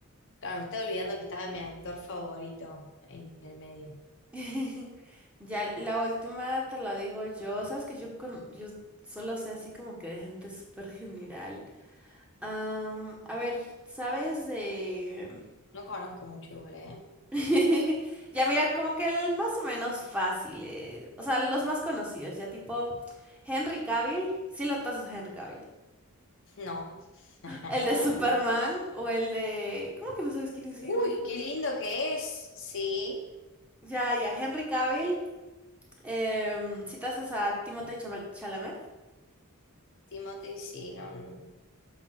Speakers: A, on the left (about 60°); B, in the centre.
A: Claro, me estaba olvidando que estaba mi actor favorito en el medio.
B: Sí. <laughs> Ya, la última te la digo yo. Sabes que yo, con, yo solo sé así como que de gente súper general. Am, a ver, ¿sabes de...?
A: No conozco mucho igual, ¿eh?
B: <laughs> Ya mira, como que el más o menos fácil, eh, o sea, los más conocidos, ya tipo Henry Cavill, sí lo tasas a Henry Cavill.
A: No. <laughs>
B: El de Superman
A: ¿Viste?
B: o el de... ¿Cómo que no sabes quién es
A: Uy,
B: Henry Cavill?
A: qué lindo que es. Sí,
B: Ya, ya, Henry Cavill, em, si tasas a Timothée Chama- Chalamet.
A: Timothy, sí, no. no.